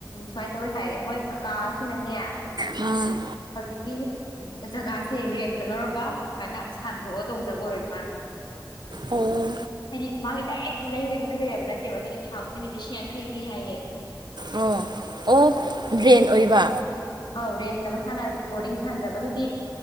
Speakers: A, on the left; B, on the right.
A: ꯁꯨꯃꯥꯏꯅ ꯇꯧꯋꯤ ꯍꯥꯏꯌꯦ ꯃꯣꯏ ꯀꯀꯥꯁꯤꯅꯅꯦ
B: ꯎꯝ
A: ꯍꯧꯖꯤꯀꯤ ꯖꯒꯥꯁꯦ ꯔꯦꯟꯇ ꯂꯧꯔꯒ ꯁꯨꯃꯥꯏꯅ ꯁꯟꯗꯣꯛꯑ ꯇꯧꯖꯕ ꯑꯣꯏꯃꯥ
B: ꯑꯣ
A: ꯍꯥꯏꯗꯤ ꯃꯥꯒꯤ ꯗꯥꯏꯔꯦ ꯂꯩꯔꯒꯦꯇ ꯂꯩꯔꯕ ꯅꯠꯇꯦꯕ ꯑꯗꯨꯅ ꯊꯥ ꯈꯨꯗꯤꯡꯒꯤ ꯂꯤꯁꯤꯡ ꯌꯥꯡꯈꯩ ꯄꯤ ꯍꯥꯏꯌꯦ
B: ꯑꯣ ꯑꯣ ꯗ꯭ꯔꯦꯟ ꯑꯣꯏꯕ
A: ꯑꯥꯎ ꯔꯦꯡꯇ ꯃꯁꯥꯅ ꯕꯣꯔꯗꯤꯡ ꯁꯥꯟꯖꯕ ꯑꯗꯨꯗꯤ